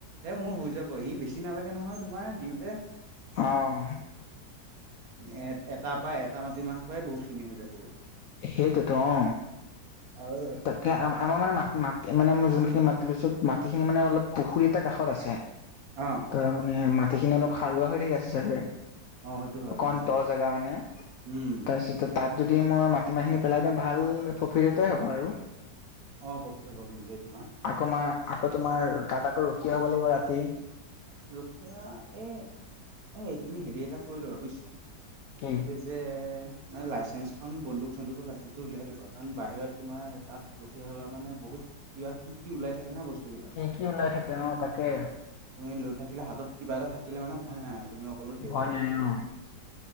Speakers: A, on the right (about 60°); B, on the left (about 70°).
A: এ মোৰ হয় যাব, সি বেছি নালাগে নহয় তোমাৰ দিওঁতে।
B: অ',
A: এট এটাৰ পৰা এটা মাটিমাহৰ পৰাই বহুতখিনি হৈ যাবগে।
B: সেইটোৱেতো অ।
A: আৰু
B: তাকে আম আমাৰ মানে মাটি মাটি মানে মই যোনখিনি মাটি লৈছো, মাটিখিনি মানে অলপ পুখুৰী এটা কাষত আছে।
A: অঁ।
B: তাৰ মানে মাটিখিনি অলপ সাৰুৱা হৈ থাকে আছে চাগৈ।
A: অ সেইটো হয়
B: অকণ
A: কিন্তু
B: দ জেগা মানে
A: উম
B: তাৰপিছতে তাত যদি মই মাটিমাহখিনি পেলাই দিওঁ ভাল প্ৰফিট এটাই হ'ব আৰু।
A: অঁ প্ৰফিট হ'ব কিন্তু দেই তোমাৰ।
B: আকৌ মাৰ আকৌ তোমাৰ তাত আকৌ ৰখীয়া হব লাগিব ৰাতি।
A: ৰখিয়া এই, এই তুমি হেৰি এটা কৰি লবা বুজিছা?
B: কি?
A: এই যে মানে লাইচেঞ্চখন বন্দুক - চন্দুকৰ লাইচেঞ্চটো উলিয়াই দিবা কাৰণ বাহিৰত তোমাৰ তাত ৰখীয়া হ'লে মানে বহুত কিবা কি কি ওলাই থাকে না বস্তুবিলাক।
B: কি কি ওলাই থাকে, অ তাকে।
A: তুমি লৈ থাকিলে হাতত কিবা এটা থাকিলে মানে ভয় নাই আৰু তুমি অকলে থাকিব
B: ভয়
A: পাৰিবা
B: নাই
A: তেতিয়া।
B: অ